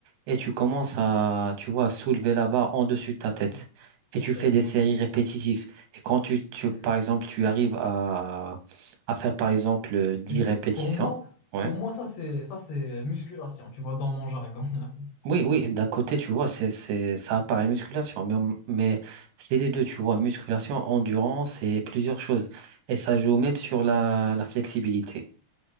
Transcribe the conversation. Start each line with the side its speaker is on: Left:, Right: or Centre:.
Right: et tu commences à, tu vois, à soulever la barre en dessus de ta tête.
Left: Ok,
Right: Et
Left: ok,
Right: tu fais des
Left: ok.
Right: séries répétitives. Et quand tu, tu-
Left: Hmm.
Right: par exemple, tu arrives à, à faire, par exemple, 10
Left: Tu sais,
Right: répétitions,
Left: pour moi,
Right: ouais,
Left: pour moi, ça c'est, ça c'est musculation, tu vois, dans mon jargon. <laughs>
Right: Oui, oui, d'un côté, tu vois, c'est, c'est, ça apparaît musculation, mais, on- mais c'est les deux, tu vois, musculation, endurance et plusieurs choses. Et ça joue même sur la, la flexibilité.